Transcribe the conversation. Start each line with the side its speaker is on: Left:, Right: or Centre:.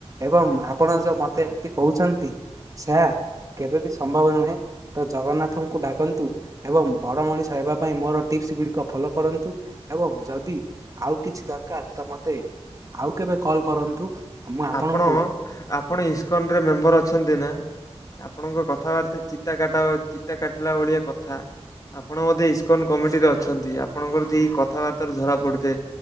Right: ଏବଂ ଆ ଆପଣ ଯଉ ମତେ ଏମିତି କହୁଛନ୍ତି ସେୟା କେବେ ବିି ସମ୍ଭବ ନୁହେଁ। ତ ଜଗନ୍ନାଥଙ୍କୁ ଡାକନ୍ତୁ ଏବଂ ବଡ଼ ମଣିଷ ହେବା ପାଇଁ ମୋର ଟିପ୍ସ ଗୁଡ଼ିକ ଫଲୋ କରନ୍ତୁ। ଏବଂ ଯଦି ଆଉ କିଛି ଦରକାର ତ ମତେ ଆଉ କେବେ କଲ କରନ୍ତୁ। ମୁଁ ଆପଣଙ୍କୁ
Left: ଆପଣ ଆପଣ ଇସ୍କନରେ ମେମ୍ବର ଅଛନ୍ତି ନା? ଆପଣଙ୍କ କଥାବାର୍ତ୍ତା ଚିତା କାଟ ଚିତା କାଟିଲା ଭଳିଆ କଥା। ଆପଣ ବୋଧେ ଇସ୍କନ କମିଟିରେ ଅଛନ୍ତି ଆପଣଙ୍କର ଦି କଥାବାର୍ତ୍ତାରୁ ଧରା ପଡିଥାଏ।